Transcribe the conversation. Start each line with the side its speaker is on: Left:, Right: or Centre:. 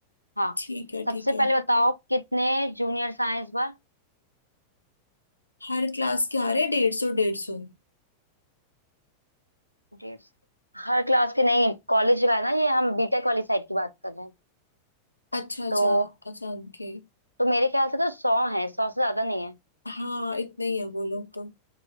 Right: हाँ
Left: ठीक है
Right: सबसे
Left: ठीक
Right: पहले
Left: है
Right: बताओ कितने जूनियर्स आए इस बार
Left: हर क्लास के आ रहे डेढ़ सौ डेढ़ सौ
Right: डेढ़ सौ। हर क्लास के नहीं कॉलेज का है ना ये हम बीटेक वाली साइड की बात कर रहे हैं
Left: अच्छा अच्छा
Right: तो
Left: अच्छा ओके
Right: तो मेरे ख्याल से तो सौ है सौ से ज्यादा नहीं है
Left: हाँ इतने ही है वो लोग तो